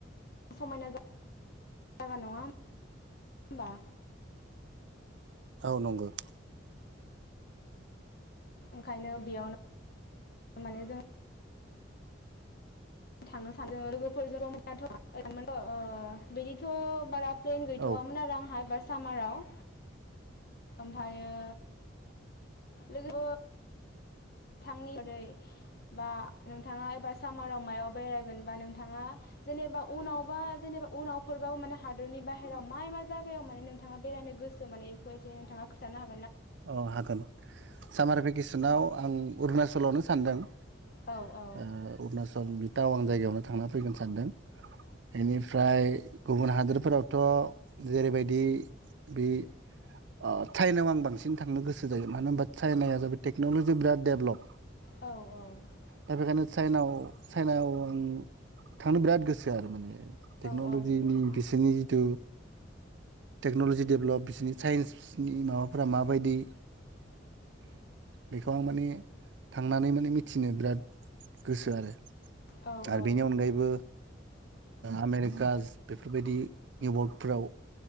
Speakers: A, on the left; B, on the right.
A: समायना <unintelligible> नङा होमबा
B: औ नंगौ
A: ओंखायनो बेयावनो माने जों थांनो सानदों लोगोफोरजों <unintelligible> ओ बिदिथ' बारा प्लेन गैथ'वामोन
B: औ
A: आरो आंहा बास सामाराव ओमफायो लोगोबो थांनि रै बा नोंथाङा एबा सामाराव मायाव बेरायगोनबा नोंथाङा जेनेबा उनावबा जेनेबा उनाव फोरबाबो माने हादरनि बाहेरायाव मा <unintelligible> जागायाव माने नोंथाङा बेरायनो गोसो माने बेखौ एसे नोंथाङा खोथानो हा
B: अ हागोन सामार भेकेसनाव आं अरुणाचलावनो सानदों ओ
A: औ औ
B: अरुणाचल बि टावां जायगायावनो थांना फैगोन सानदों इनिफ्राय गुबुन हादोरफोराव थ' जेरैबायदि बे ओ <unintelligible> नाव आं बांसिन थिं थांनो गोसो जायो मानो होनबा चाइनाया जाबाय टेक्न'लजि बिराद देभलप।
A: औ औ
B: दा बेखायनो चाइनाव साइनाव आं थांनो बिराद गोसो आरो माने टेक्नलजिनि
A: औ औ नंगौ नोंथां
B: बिसोरनि जिथु टेक्नलजि डेभलप बिसनि साइन्सनि माबाफोरा मा बायदि बेखौ मानि थांनानै माने मिथिनो बिराद गोसो आरो। आरो
A: औ औ
B: बेनि
A: औ
B: अनगायैबो आमेरिका बेफोरबायदि निउयर्कफ्राव